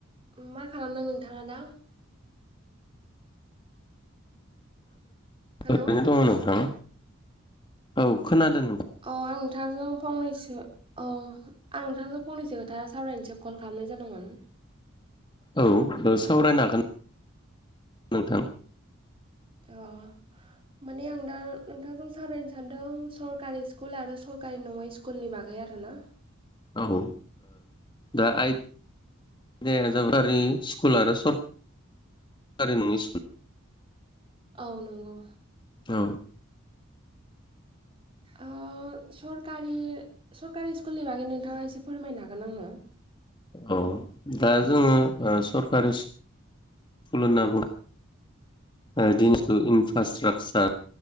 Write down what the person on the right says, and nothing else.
मा खालामदों नोंथाङा दा हेलौ
औ आं नोंथांजों फंनैसो औ आं नोंथांजों फंनैसो खोथा सावरायनोसो कल खालामनाय जादोंमोन
अ- माने आं दा नोंथांजों सावरायनो सानदों सरकारि स्कुल आरो सरकारि नङै स्कुल स्कुलनि बागै आर ना
औ नंगौ
आ सरखारनि सरकारि स्कुलनि बागै नोंथाङा एसे फोरमायनो हागोन आंनो